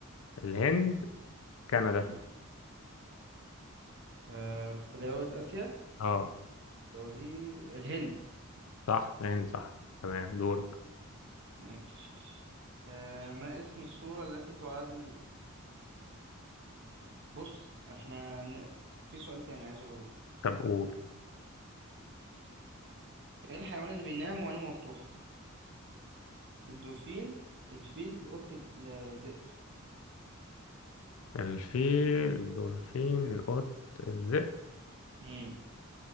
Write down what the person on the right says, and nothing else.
مم. آه في دولة آسيا
برازيل الهند
ماشي آه ما اسم السورة التي تعادل بص احنا ن... في سؤال تاني عايز أقوله
ايه الحيوان اللي بينام وعينه مفتوحة الدولفين الفيل قطة الذئب
امم